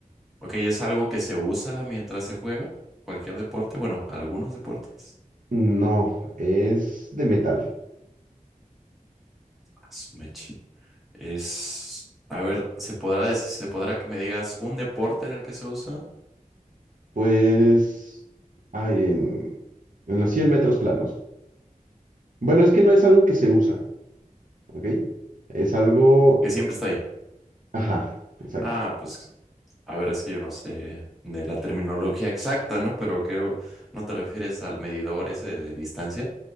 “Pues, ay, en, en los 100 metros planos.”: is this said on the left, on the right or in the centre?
Right